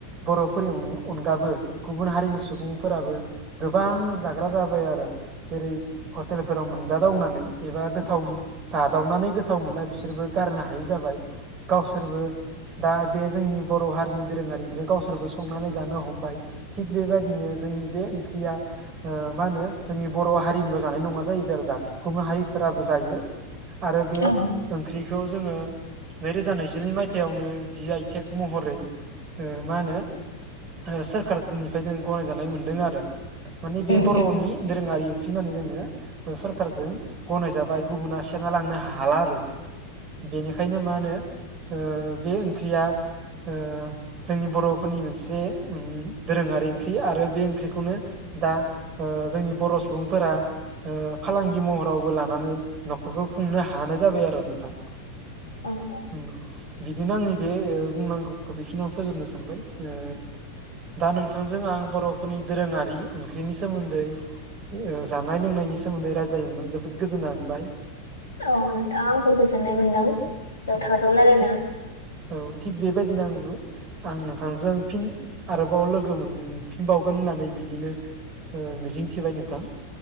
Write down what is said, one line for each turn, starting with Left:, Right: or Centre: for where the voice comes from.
Right: बर'फोरनि अनगाबो गुबुन हारिनि सुबुंफोराबो गोबां जाग्रा जाबाय आरो जेरै हटेलफोराव मोन जादावनानै एबा गोथाव जादावनानै गोथाव मोननाय बिसोरबो गारनो हायि जाबाय। गावसोरबो दा बे जोंनि बर' हारिनि दोरोङारिनिफ्राय गावसोरबो संनानै जानो हमबाय। थिग बेबायदिनो जोंनि बे ओंख्रिया ओ मा होनो जोंनि बर' हारिनिल' जानाय नङा जाहैबाय आरो दा गुबुन हारिफोराबो जायो आरो बे
Left: औ
Right: ओंख्रिखौ जोङो नैरोजा नैजिनै मायथाइयावनो जि आइ टेक महरै मा होनो सोरखारनिफ्राय जों गनायजानाय मोनदों आरो माने बे
Left: नोंथाङा
Right: बर'नि दोरोङारि ओंख्रि होननानै जोङो सोरखारजों गनायजाबाय गुबुुना से- ना लांनो हाला आरो बेनिखायनो मा होनो ओ बे ओंख्रिया ओ जोंनि बर'फोरनि मोनसे दोरोङारि ओंख्रि आरो बे ओंख्रिखौनो दा जोंनि बर' सुबुंफोरा फालांगि महरावबो लानानै न'खरखौ खुंनो हानाय जाबाय आरो नोंथां
Left: औ औ
Right: उम बिदिनो आंनि बे बुंनांगौखौ बेखिनिआवनो फोजोबनो सानबाय ओ दा नोंथांजों आं बर'फोरनि दोरोङारि ओंख्रिनि सोमोन्दै जानाय लोंनायनि सोमोन्दै रायज्लायनो मोननानै जोबोद गोजोननाय मोनबाय
Left: औ नोंथां आंबो गोजोननाय मोन्दों नोंथांजों
Right: उम
Left: रायलायनो
Right: थि
Left: मोनना
Right: औ थिग बेबायदिनो आंबो आं नोंथांजों फिन आरोबाव लोगो मोनफिनबावगोन होननानै बिदिनो मिजिंथिबाय नोंथां